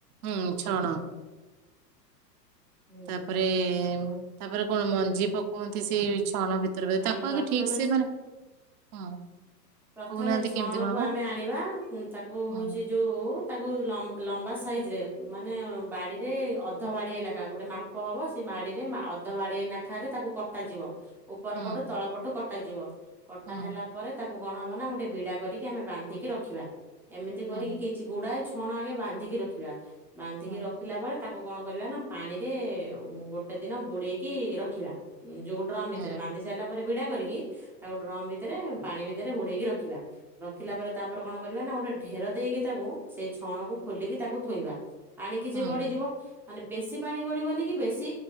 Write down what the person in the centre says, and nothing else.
ହୁଁ
ନାଇଁ
ପ୍ରଥମେ
ଛ
ପ୍ରଥମେ
ଛଣକୁ
ଆମେ ଆଣିବା ତାକୁ
ହଉଛି ଯୋଉ ତାକୁ ଲମ୍ବା ସାଇଜ ରେ ମାନେ ବାଡିରେ ଅଧ ବାଡିଏ ଲେଖା ଗୋଟେ ମାପ ପ ହବ ସେ ମାଡିରେ ଅଧ ମାଡି ନେଖାରେ ତାକୁ କଟାଯିବ। ଉପର
ପଟୁ ତଳ ପଟୁ କଟାଯିବ କଟା
ହେଲା ପରେ ତାକୁ କଣ ହବ ନା ଗୋଟେ ବିଡା କରିକି ଆମେ ବାନ୍ଧିକି ରଖିବା ଏମିତି କରିକି
କିଛି ଛି ଗୁଡାଏ ଛଣ ଆଗେ ବାନ୍ଧିକି ରଖିବା ବାନ୍ଧିକି
ରଖିଲା ପରେ ତାକୁ କଣ କରିବା ନା ପାଣିରେ ଗୋଟେ ଦିନ ବୁଡେଇକି ରଖିବା। ଯୋଉ ଡ୍ରମ୍ ଭିତରେ
ବାନ୍ଧି ସାରିଲା ପରେ ବିଡା କରିକି ତାକୁ ଡ୍ରମ ଭିତରେ ପାଣି ଭିତ ରେ ବୁଡେଇକି ରଖିବା। ରଖିଲା ପରେ ତାପରେ କଣ କରିବା ନା ଗୋଟେ ଢେର ଦେଇକି ତାକୁ ସେଇ ଛଣକୁ ଖୋଲିକି ତାକୁ ଥୋଇବା। ପାଣି
କିଛି ଗଡିଯିବ ମାନେ ବେଶୀ ପାଣି ଗଡିବନି କି ବେଶୀ